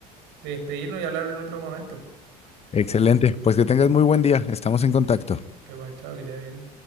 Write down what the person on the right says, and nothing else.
de despedirnos y hablar en otro momento.
Este guachado que te vaya bien.